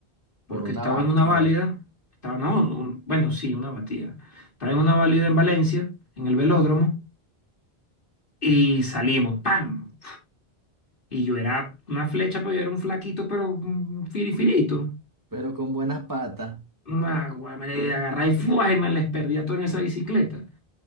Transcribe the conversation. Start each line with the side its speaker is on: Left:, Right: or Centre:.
Left: porque
Right: Por una
Left: estaba
Right: batía
Left: en una válida, estaba, no, un- bueno, sí, una batida. Estaba en una válida en Valencia, en el velódromo. Y salimos, ¡pam! Y yo era una flecha, pero yo era un flaquito, pero un firifirito.
Right: Pero con buenas patas.
Left: Una güey, me le agarré y ¡fua! y me les perdía todo en esa bicicleta.